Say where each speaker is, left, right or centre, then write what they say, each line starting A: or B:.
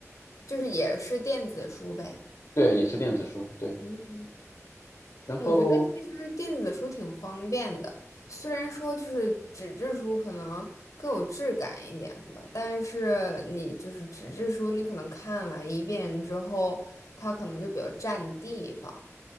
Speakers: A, on the left; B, on the left.
A: 就是也是电子书呗。
B: 对，也是电子书，对。
A: 嗯。嗯
B: 然后
A: 我觉得其实电子书挺方便的，虽然说就是纸质书可能更有质感一点吧，但是你就是纸质书，你可能看完一遍之后，它可能就比较占地方。